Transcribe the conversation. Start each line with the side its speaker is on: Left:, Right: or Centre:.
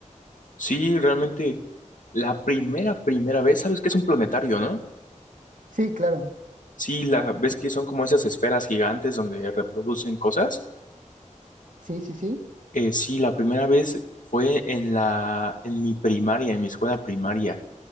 Left: Sí, realmente, la primera, primera vez, sabes que es un planetario, ¿no?
Right: Sí, claro.
Left: Sí, la ves que son como esas esferas gigantes donde reproducen cosas.
Right: Sí, sí, sí.
Left: Eh, sí, la primera vez fue en la, en mi primaria, en mi escuela primaria.